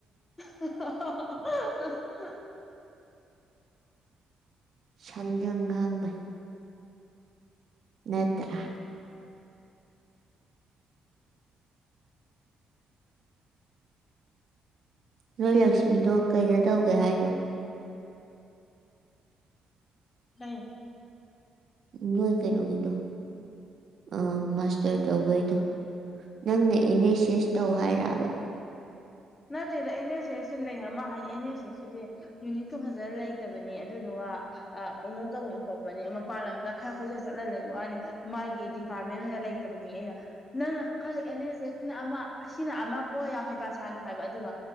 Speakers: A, on the left; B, on the right.
A: <unintelligible>
B: ꯁꯪꯁꯪ ꯉꯥꯡꯕꯩ ꯅꯠꯇ꯭ꯔ ꯅꯣꯏ ꯂꯛꯁꯃꯤꯗꯣ ꯀꯩꯗ ꯇꯧꯒꯦ ꯍꯥꯏꯅꯣ
A: ꯑꯩ
B: ꯎ ꯅꯣꯏ ꯀꯩꯅꯣꯒꯤꯗꯣ ꯑ ꯃꯥꯁꯇꯔ ꯇꯧꯕꯩꯗꯣ ꯅꯪꯅ ꯑꯦꯅꯦꯁꯦꯁ ꯇꯧ ꯍꯥꯏꯔꯕ
A: ꯅꯠꯇꯦꯗ ꯑꯦꯟꯅꯦ ꯑꯦꯁꯇꯣ ꯂꯩ ꯍꯥꯏ ꯃꯥ ꯍꯥꯏꯅꯦ ꯑꯦꯟꯅꯦ ꯑꯦꯁꯇꯨꯗꯤ ꯌꯨꯅꯤꯠꯇꯣ ꯐꯖꯟ ꯂꯩꯇꯕꯅꯦ ꯑꯗꯨꯗꯨꯒ ꯑ ꯀꯩꯅꯣ ꯇꯧꯕꯅꯦ ꯈꯣꯠꯄꯅꯦ ꯃꯄꯥꯟ ꯂꯝꯗ ꯈꯔ ꯀꯣꯏꯆꯠ ꯆꯠꯂ ꯂꯩꯕꯋꯥꯅꯦ ꯃꯥꯒꯤ ꯗꯤꯄꯥꯔꯠꯃꯦꯟ ꯅ ꯂꯩꯇꯕꯅꯤ ꯑꯩꯅ ꯅꯪꯅ ꯈꯜꯂꯤ ꯑꯦꯅꯦꯑꯦꯁꯇꯨꯅ ꯑꯃ ꯑꯁꯤꯅ ꯑꯃ ꯀꯣ ꯌꯥꯝ ꯍꯩ ꯄꯥ ꯁꯥꯟꯅꯨ ꯍꯥꯏꯕ ꯑꯗꯨꯒ